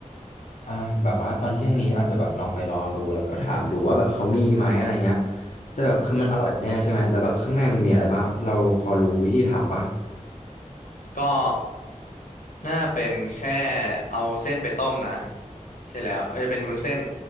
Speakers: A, on the left; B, on the left.
A: อ่ะแบบว่าตอนเที่ยงนี้อาจจะแบบลองไปลองดูแล้วก็ถามดูว่าแบบเขามีไหมอะไรเงี้ยแต่แบบคือมันอร่อยแน่ใช่ไหมแล้วแบบข้างในมันมีอะไรบ้างเราพอรู้วิธีทำปะก
B: อือหือ ก็น่าเป็นแค่เอาเส้นไปต้มนะเสร็จแล้วจะเป็นวุ้นเส้น